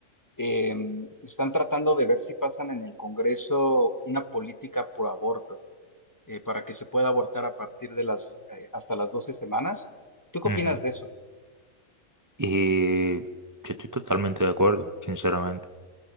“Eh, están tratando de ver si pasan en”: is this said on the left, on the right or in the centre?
Left